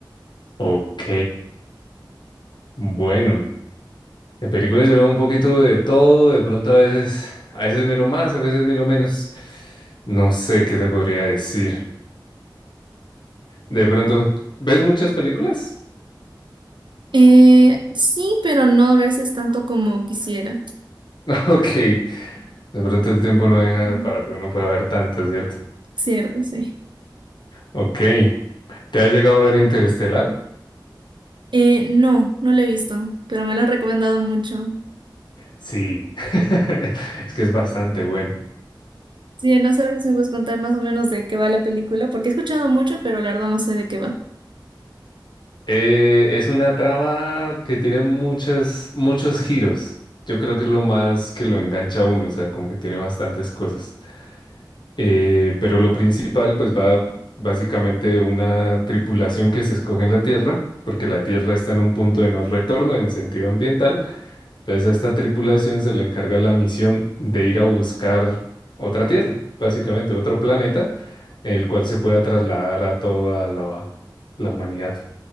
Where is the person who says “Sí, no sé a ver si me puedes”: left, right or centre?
Right